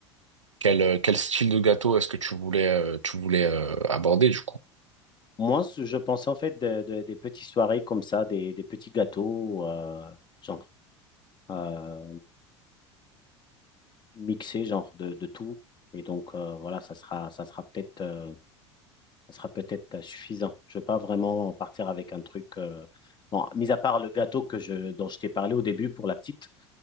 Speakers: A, on the right; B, on the left.
A: quel, euh, quel style de gâteau est-ce que tu voulais, euh, tu voulais euh, aborder du coup?
B: Moi, ce- je pensais en fait de- de- des petites soirées comme ça, des, des petits gâteaux, euh, genre euh, mixés, genre de, de tout. Et donc euh, voilà, ça sera, ça sera peut-être euh, ça sera peut-être euh, suffisant. Je ne veux pas vraiment partir avec un truc. euh, Bon, mis à part le gâteau que je, dont je t'ai parlé au début pour la petite,